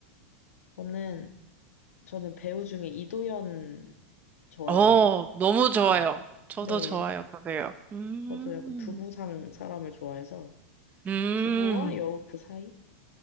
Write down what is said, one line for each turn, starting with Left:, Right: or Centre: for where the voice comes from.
Left: 저는, 저는 배우 중에 이도현 좋아합니다.
Right: 어, 너무 좋아요.
Left: 네.
Right: 저도
Left: 네.
Right: 좋아요, 그래요. 음,
Left: 저도 약간 두부상 사람을 좋아해서
Right: 음,
Left: 두부와 여우 그 사이?